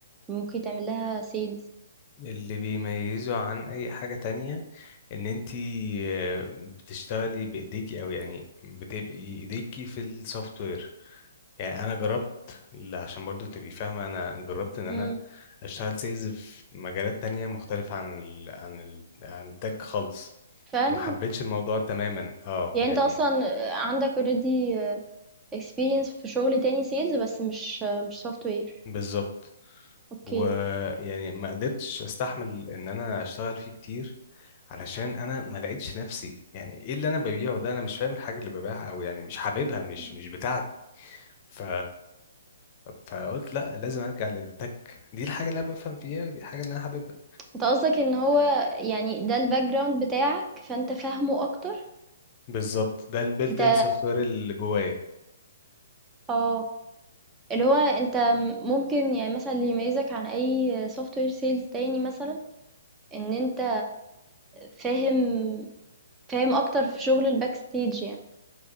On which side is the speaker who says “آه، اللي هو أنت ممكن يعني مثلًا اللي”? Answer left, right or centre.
Right